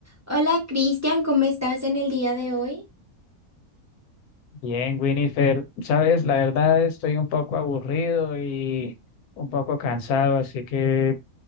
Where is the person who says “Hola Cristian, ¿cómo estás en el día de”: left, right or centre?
Right